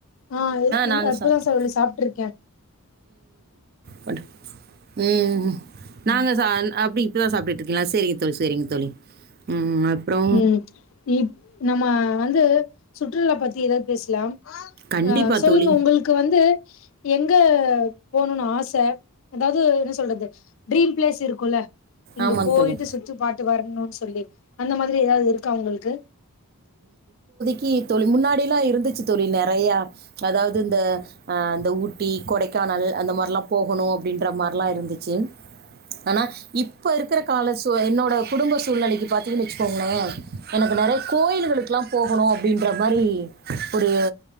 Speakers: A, on the left; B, on the right.
A: ஆ
B: நாங்க
A: அப்பதா
B: சாப்ட்டோ
A: சார் சாப்ட்ருக்கே
B: படு ம் நாங்க
A: ம்
B: சான் அப்டி இப்பதா சாப்ட்டுருக்கீங்களா சொிங் தோழி செரிங் தோழி ம் அப்றோ
A: ம் இப் நம்ம வந்து சுற்றுலா பத்தி ஏதாது பேசலா
B: கண்டிப்பா
A: ஆ சொல்லுங்க
B: தோழி
A: உங்களுக்கு வந்து எங்க போணுனு ஆச அதாது என்ன சொல்றது ட்ரீம் ப்ளேஸ் இருக் குள்ள இங்க
B: ஆமாங்க
A: போயிட்டு
B: தோழி
A: சுத்தி பாட்டு வர்ணு தொல்லி அந்த மாதிரி ஏதாது இருக்கா உங்களுக்கு
B: கி தோழி முன்னாடில்லா இருந்துச்சு தோழி நெறைய அதாவது இந்த அஹ் இந்த ஊட்டி கொடைக்கானல் அந்த மாதிரிலா போகணு அப்டின்ற மார்லா இருந்துச்சு ஆனா இப்போ இருக்கிற கால சூ என்னோட குடும்ப சூழ்நிலைக்கு பார்த்தீங்கன்னு வச்சுக்கோங்களே எனக்கு நெறைய கோயில்களுக்கலா போகணு அப்டின்ற மாரி ஒரு